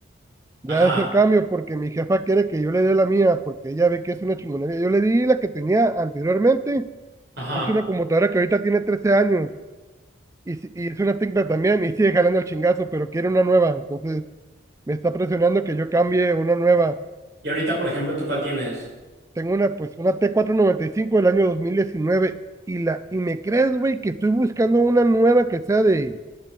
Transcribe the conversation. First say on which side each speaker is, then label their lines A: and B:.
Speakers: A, on the right (about 15°); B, on the right (about 55°).
A: ya
B: Ajá,
A: de hacer cambio porque mi jefa quiere que yo le dé la mía porque ella ve que es una chingonería. Yo le di la que tenía anteriormente.
B: ajá.
A: Es una computadora que ahorita tiene 13 años y, si- y es una técnica también y sigue jalando el chingazo, pero quiere una nueva. Entonces... me está presionando que yo cambie una nueva.
B: Y ahorita, por ejemplo, ¿tú cuál tienes?
A: Tengo una, pues, una t cuatrocientos noventa y cinco del año 2019 y la, y me crees, güey, que estoy buscando una nueva que sea de